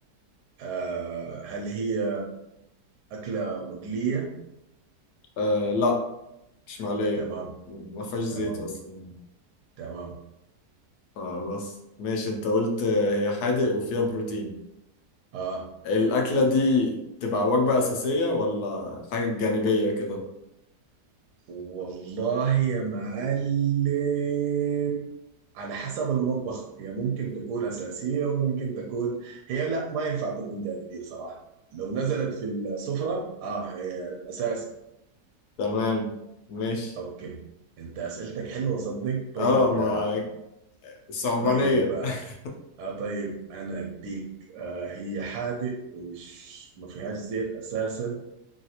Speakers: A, on the right; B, on the left.
A: آه هل هي أكلة مقلية
B: آه، لا مش مقلية
A: تمام
B: ما فيهاش زيت
A: تمام
B: أصلا يعني
A: تمام
B: فبس ماشي أنت قلت آه، هي حادق وفيها بروتين
A: اه
B: الأكلة دي تبقى وجبة أساسية ولا حاجة جانبية كده
A: والله يا معلم على حسب المطبخ هي ممكن تكون أساسية وممكن تكون هي لا ما ينفع تكون جانبية صراحة لو نزلت في السفرة اه هي أساسي
B: تمام ماشي
A: اوكي انت أسئلتك حلوة صدق طيب
B: اه ما
A: آه،
B: صعبانية
A: طيب
B: <laughs>
A: آه طيب انا اديك آه هي حادق ومش ما فيهاش زيت اساسا